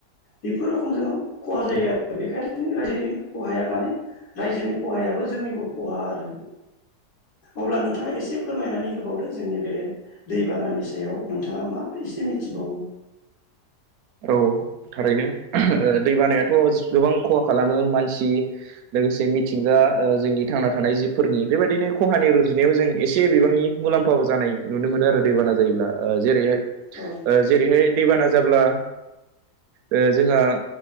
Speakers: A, on the left; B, on the right.
A: बेफोर रोखोम जों खहा जायो
B: औ
A: आरो बेखायनो जोंनि रायजोनि खहाया माने रायजोनि खहायाबो जोंनिबो खहा आरो अब्ला नोंथाङा एसे फोरमायनानै होबावदो जोंनि बे दैबानानि सायाव नोंथाङा मा एसे मिथिबावो?
B: औ थारैनो दै बानायाथ' गोबां खहा खालामो मानसि लोगोसे मिथिंगा ओ जोंनि थांना थानाय जिबफोरनि बेबायदिनो खहानि रुजुनायाव जों एसे बिबांनि मुलाम्फाबो जानाय नुनो मोनो आरो दैबाना जायोब्ला ओ जेरैहाय
A: औ
B: जेरैहाय दैबाना जाब्ला ओ जोंहा